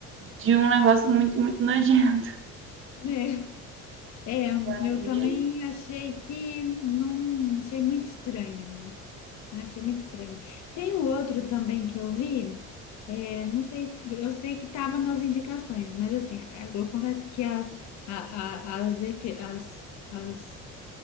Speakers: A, on the right; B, on the left.
A: de um negócio muito, muito nojento.
B: É, é,
A: Aí,
B: eu também
A: eles,
B: achei que não, achei muito estranho. Eu achei muito estranho. Tem um outro também que eu vi, é, não sei se, eu sei que estava nas indicações, mas assim, eu confesso que as, a- a- as, efe- as, as,